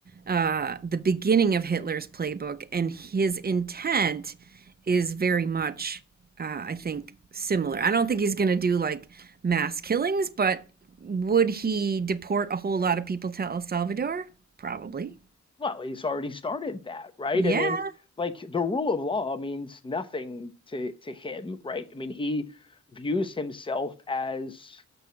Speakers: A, on the right; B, on the left.
A: uh, the beginning of Hitler's playbook, and his intent is very much, uh, I think, similar. I don't think he's going to do like mass killings, but would he deport a whole lot of people to El Salvador? Probably.
B: well, he's already started that, right?
A: Yeah.
B: I mean, like the rule of law means nothing to to him, right? I mean, he views himself as